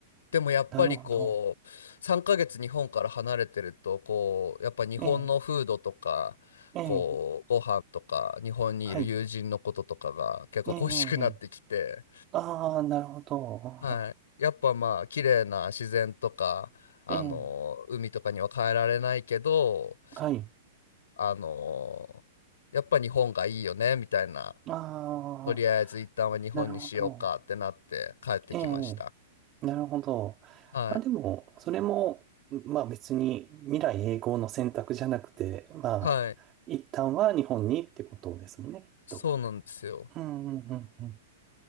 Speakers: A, on the left; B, on the right.
A: でもやっぱりこう3ヶ月日本から離れてるとこうやっぱ日本のフードとかこうご飯とか日本にいる友人のこととかが結構恋しくなってきて、
B: なるほど。ええ、ええ、はい。ええ、ええああ、なるほど。
A: はい、やっぱまあ綺麗な自然とかあの海とかには帰られないけど
B: うんええ、はい。
A: あのやっぱ日本がいいよねみたいな
B: あ
A: とりあえず一旦は日本にしようかってなって帰ってきました。
B: あ、なるほど。ええ、なるほど。
A: はい、
B: まあでも、それも、まあ別に未来永劫の選択じゃなくて、まあ、
A: はい、
B: 一旦は日本にってことですもんね、きっと。
A: そうなんですよ。
B: うんうんうんうん。